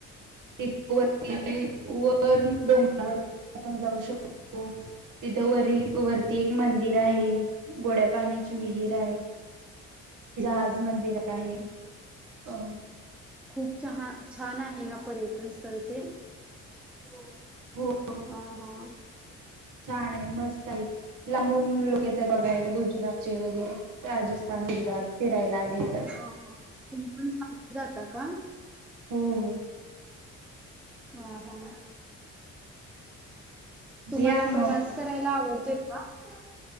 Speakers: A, on the right; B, in the centre.
A: तिथं वरती वर डोंगरावर आपण जाऊ शकतो, तिथ वरी वरती एक मंदिर आहे गोड्या पाण्याची विहीर आहे. राज मंदिर आहे. अ
B: खूप छा छान आहे ना, पर्यटन स्थळ ते? हो.
A: हो
B: हा हा.
A: छान! आहे मस्त आहे, लांबून लोक येतात बघायला गुजरात चे वगैरे राजस्थान, गुजरात
B: ह
A: फिरायला आले
B: ह
A: तर
B: फोन <unintelligible> जाता का?
A: ह हम.
B: आ हा. तुम्हाला
A: या मग
B: प्रवास करायला आवडतोय? आ <unintelligible>